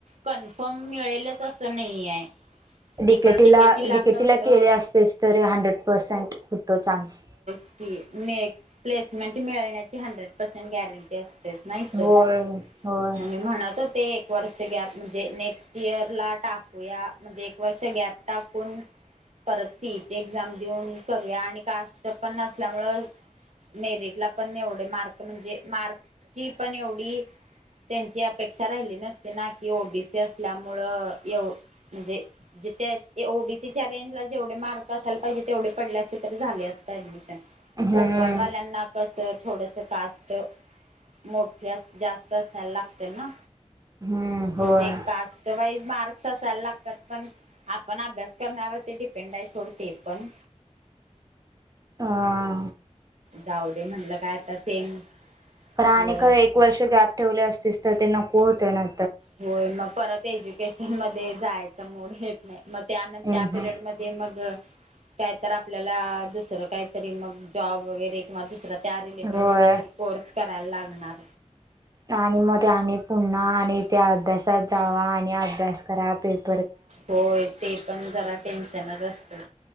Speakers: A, on the right (about 70°); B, on the right (about 30°).
A: कन्फर्म मिळेलच असं नाही आहे.
B: डीकेटीला,
A: इकड डिकेटी ला
B: डीकेटीला
A: कसं
B: केली असतेस तर हंड्रेड पर्सेंट होतो चान्स.
A: ती मी प्लेसमेंट मिळण्याची हंड्रेड पर्सेंट गॅरंटी अस तेच ना इथं,
B: होय होय
A: मग मी म्हणत होते एक वर्ष गॅप म्हणजे नेक्स्ट इयरला टाकूया. म्हणजे एक वर्ष गॅप टाकून परत सीईट एक्झाम देऊन करूया आणि कास्ट पण असल्यामुळं मेरिटला पण एवढे मार्क म्हणजे मार्कची पण एवढी त्यांची अपेक्षा राहिली नसती ना. की ओबीसी असल्यामुळे एवं म्हणजे जिथं ओबीसीच्या रेंजला जेवढे मार्क असायला पाहिजे तेवढे पडले असते तरी झाले असतं ऍडमिशन.
B: हम्म
A: ओपन वाल्याना कसं थोडंस कास्ट मोठी जास्त असायला लागते ना.
B: हम्म होय
A: म्हणजे कास्टवाईज मार र्क्स असायला लागतात, पण आपण अभ्यास करण्यावरती डिपेंड आहे सोड ते पण.
B: हा
A: जाऊदे म्हटलं काय आता सेम
B: खर आणि
A: होय
B: खरं एक वर्ष गॅप ठेवले असतीस तर ते नको होते ना
A: होय मग परत एज्युकेशनमध्ये जायचा मूड येत नाही. मग त्यानं
B: हम्म
A: त्या पिरियडमध्ये मग कायतर आपल्याला दुसरं काहीतरी मग जॉब वगैरे किंवा दुसर त्या रिलेटेड
B: होय
A: कुठला तरी कोर्स करायला लागणार.
B: आणि मग आणि पुन्हा आणि त्या अभ्यासात जावा आणि अभ्यास करा. पेप
A: होय ते पण जरा टेन्शनचं असतय.